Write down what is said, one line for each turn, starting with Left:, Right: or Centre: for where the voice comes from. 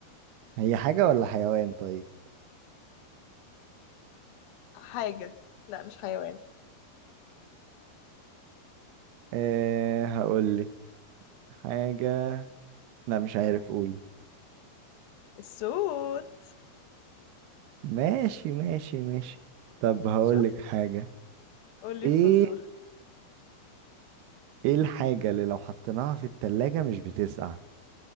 Right: هي حاجة ولا حيوان طيب
Left: حاجة لا مش حيوان
Right: ايه هقول لك حاجة لا مش عارف قولي
Left: السود
Right: ماشي ماشي ماشي طب هقول
Left: شوف
Right: لك حاجة
Left: قولي
Right: ايه
Left: فزور
Right: ايه الحاجة اللي لو حطيناها في التلاجة مش بتسقع